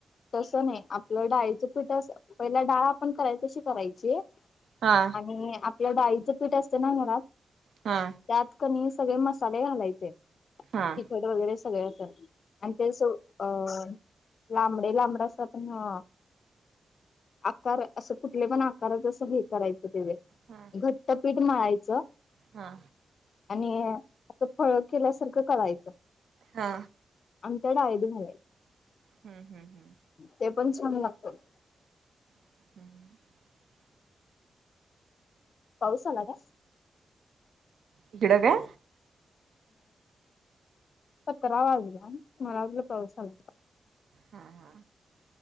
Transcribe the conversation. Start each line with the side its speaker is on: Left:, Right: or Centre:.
Left: तसं नाही आपलं डाळीचं पिठ असं, पहिला डाळ आपण करायची तशी करायची.
Right: हा
Left: आणि आपलं डाळीचं पीठ असते ना घरात
Right: हा
Left: त्यात कणी सगळे मसाले घालायचे तिखट
Right: हा
Left: वगैरे सगळं असं. आणि ते सो अ लांबडं- लांबड अस प ह आकार असं कुठले पण आकारात असं हे करायचं तेथे
Right: हा
Left: घट्टपीठ मळायचं.
Right: हां
Left: आणि असं फळ केल्यासारखं करायचं.
Right: हा
Left: अंन् त्या डाळीत घालाय
Right: हम, हम, हं
Left: ते पण छान लागत.
Right: हम्म
Left: पाऊसला आला का?
Right: इकडं का?
Left: पत रावगला <unintelligible> मला पाऊस आला का.
Right: हा, हा